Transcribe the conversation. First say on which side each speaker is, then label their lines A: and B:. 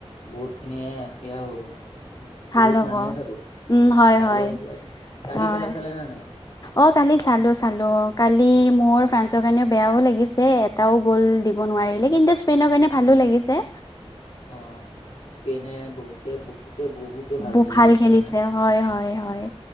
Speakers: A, on the left (about 85°); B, on the left (about 35°).
A: বহুত খিনিয়ে এয়া হ'ব মানে। উম
B: ভাল
A: বহুত
B: হ'ব
A: মানুহে চাব
B: উম হয়
A: ভালো
B: হয়
A: হ'ব আজি কালি
B: হয়
A: খেলা চালে নে নাই।
B: অ কালি চালো চালো অ কালি মোৰ ফ্ৰেন্স ৰ কাৰণে বেয়াও লাগিছে। টাও গ'ল দিব নোৱাৰিলে কিন্তু স্পেইনৰ কাৰণে ভালো লাগিছে।
A: অ স্পেইনে বহুত। তে বহুতে বহুতে ভাল
B: ব
A: খেলে ইহতে
B: খেলিছে
A: মানে
B: হয় হয় হয়
A: অ